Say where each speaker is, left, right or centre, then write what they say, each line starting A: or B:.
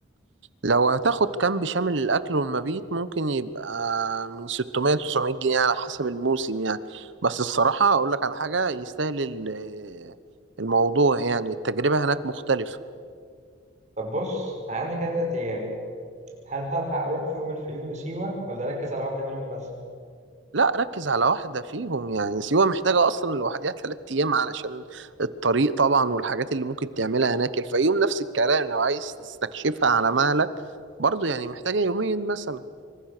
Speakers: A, on the right; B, on the right.
A: لو هتاخد كامب شامل الأكل والمبيت ممكن يبقى من 600 ل 900 جنيه على حسب الموسم يعني بس الصراحة أقول لك على حاجة يستاهل ال- الموضوع يعني التجربة هناك مختلفة
B: طب بص أنا عندي كده تلات أيام هل هلحق أروح في يوم الفيوم وسيوة ولا أركز على واحدة منهم بس؟
A: لا ركز على واحدة فيهم يعني سيوة محتاجة أصلا لوحدها تلات أيام علشان الطريق طبعا والحاجات اللي ممكن تعملها هناك الفيوم نفس الكلام لو عايز تستكشفها على مهلك برضو يعني محتاجة يومين مثلا